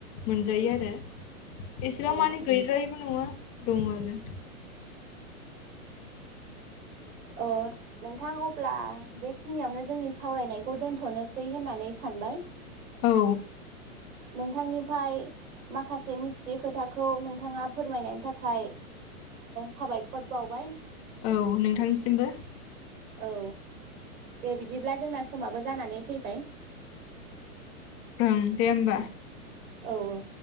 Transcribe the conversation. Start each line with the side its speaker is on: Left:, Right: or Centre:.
Left: मोनजायो आरो एसेबां
Right: औ
Left: मानि गैद्रायि बो नङा दङ आरो
Right: अ नोंथां अब्ला बेखिनियावनो जोंनि सावरायनायखौ दोन्थ'नोसै होननानै सानबाय
Left: औ
Right: नोंथांनिफ्राय माखासे मिथियै खोथाखौ नोंथाङा फोरमायनायनि थाखाय साबायखर बावबाय
Left: औ नोंथांनिसिमबो
Right: औ दे बिदिब्ला जोंना समाबो जानानै फैबाय
Left: ओं दे होमबा
Right: औ औ